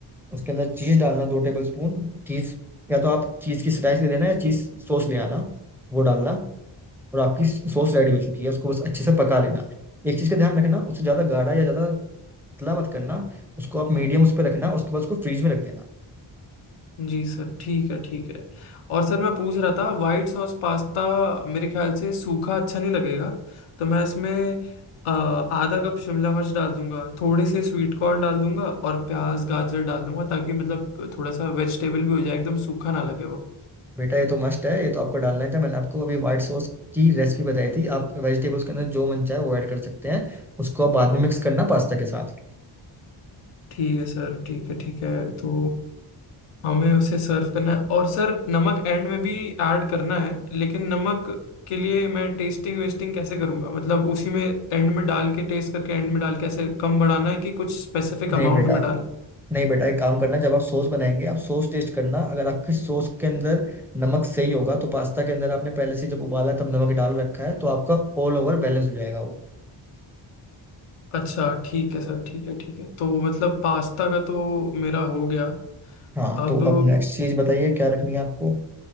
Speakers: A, in the centre; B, on the left (about 80°).
A: उसके अंदर चीज़ डालना दो टेबल स्पून चीज़ या तो आप चीज़ की स्लाइस ले लेना या चीज़ सॉस ले आना वो डालना और आपकी सॉस रेडी हो चुकी है उसको बस अच्छे से पका लेना एक चीज़ का ध्यान रखना उससे ज़्यादा गाढ़ा या ज़्यादा पतला मत करना उसको आप मीडियम उस पर रखना और उसके बाद उसको फ्रीज में रख देना
B: जी सर ठीक है ठीक है और सर मैं पूछ रहा था वाइट सॉस पास्ता मेरे ख्याल से सूखा अच्छा नहीं लगेगा तो मैं इसमें अ, आधा कप शिमला मिर्च डाल दूंगा थोड़े से स्वीट कॉर्न डाल दूंगा और प्याज गाजर डाल दूंगा ताकि मतलब थोड़ा सा वेजिटेबल भी हो जाए एकदम सूखा ना लगे वो
A: बेटा ये तो मस्ट है ये तो आपको डालना ही था मैंने आपको अभी व्हाइट सॉस की रेसिपी बताई थी आप वेजिटेबल्स के अंदर जो मन चाहे वो ऐड कर सकते हैं उसको आप बाद में मिक्स करना पास्ता के साथ
B: ठीक है सर ठीक है ठीक है तो हमें उसे सर्व करना है और सर नमक एंड में भी ऐड करना है लेकिन नमक के लिए मैं टेस्टिंग वेस्टिंग कैसे करूंगा मतलब उसी में एंड में डाल के टेस्ट करके एंड में डाल के ऐसे कम बढ़ाना है कि कुछ स्पेसिफिक
A: नहीं
B: अमाउंट
A: बेटा
B: में डाल
A: नहीं बेटा एक काम करना जब आप सॉस बनाएंगे आप सॉस टेस्ट करना अगर आपकी सॉस के अंदर नमक सही होगा तो पास्ता के अंदर आपने पहले से जब उबाला तब नमक डाल रखा है तो आपका ऑल ओवर बैलेंस हो जाएगा वो
B: अच्छा ठीक है सर ठीक है ठीक है तो मतलब पास्ता का तो मेरा हो गया
A: हाँ
B: अब
A: तो अब नेक्स्ट चीज बताइए क्या रखनी है आपको